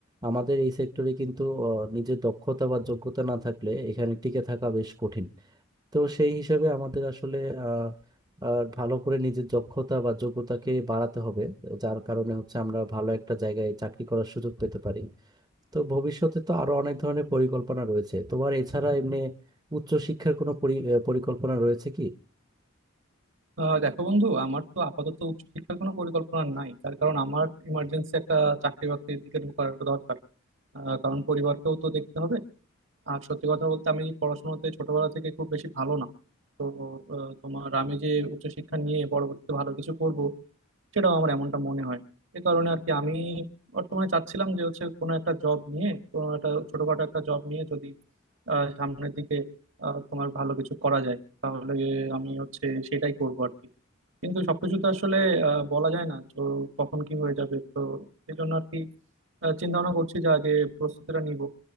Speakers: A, on the right (about 20°); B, on the right (about 65°).
A: আমাদের এই সেক্টরে কিন্তু আহ, নিজের দক্ষতা বা যোগ্যতা না থাকলে এখানে টিকে থাকা বেশ কঠিন তো সেই হিসাবে আমাদের আসলে আহ, আর ভালো করে নিজের দক্ষতা বা যোগ্যতাকে বাড়াতে হবে যার কারণে হচ্ছে আমরা ভালো একটা জায়গায় চাকরি করার সুযোগ পেতে পারি তো ভবিষ্যতে তো আরো অনেক ধরনের পরিকল্পনা রয়েছে তোমার এছাড়া এমনি উচ্চশিক্ষার কোনো পরি- আহ, পরিকল্পনা রয়েছে কি
B: আহ দেখো বন্ধু আমার তো আপাতত উচ্চশিক্ষার কোনো পরিকল্পনা নাই তার কারণ আমার ইমার্জেন্সি একটা চাকরি বাকরির দিকে ঢোকার দরকার আহ, কারণ পরিবারকেও তো দেখতে হবে আর সত্যি কথা বলতে আমি পড়াশোনাতে ছোটবেলা থেকে খুব বেশি ভালো না তো আহ, তোমার আমি যে উচ্চশিক্ষা নিয়ে পরবর্তীতে ভালো কিছু করব সেটাও আমার এমনটা মনে হয় এ কারণে আর কি আমি বর্তমানে চাচ্ছিলাম যে হচ্ছে কোনো একটা জব নিয়ে কোনো একটা ছোটখাটো একটা জব নিয়ে যদি আহ, সামনের দিকে আহ, তোমার ভালো কিছু করা যায় তাহলে আমি হচ্ছে সেটাই করবো আর কি কিন্তু সবকিছু তো আসলে আহ, বলা যায় না তো কখন কি হয়ে যাবে তো এই জন্য আর কি চিন্তা ভাবনা করছি যে আগে প্রস্তুতিটা নিব